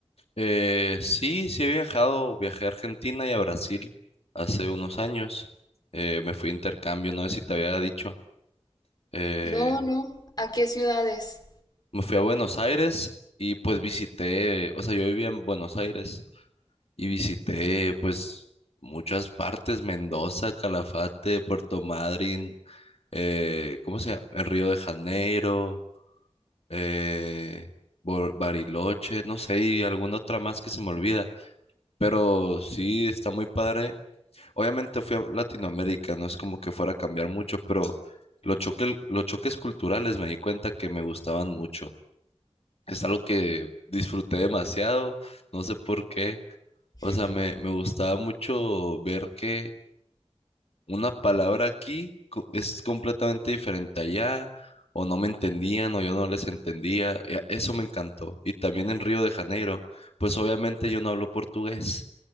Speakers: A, on the left; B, on the left.
A: Eh, sí, sí he viajado, viajé a Argentina y a Brasil hace unos años. Eh, me fui a intercambio, no sé si te había dicho. Eh,
B: No, no. ¿A qué ciudades?
A: me fui a Buenos Aires y pues visité, o sea, yo vivía en Buenos Aires y visité pues muchas partes, Mendoza, Calafate, Puerto Madryn. eh, ¿cómo se llama? En Río de Janeiro, eh, Bo- Bariloche, no sé, y alguna otra más que se me olvida, pero sí está muy padre. Obviamente fui a Latinoamérica, no es como que fuera a cambiar mucho, pero los choques, los choques culturales me di cuenta que me gustaban mucho. Es algo que disfruté demasiado, no sé por qué. O
B: <laughs>
A: sea, me, me gustaba mucho ver que una palabra aquí co- es completamente diferente allá, o no me entendían, o yo no les entendía. y a- Eso me encantó. Y también en Río de Janeiro, pues obviamente yo no hablo portugués.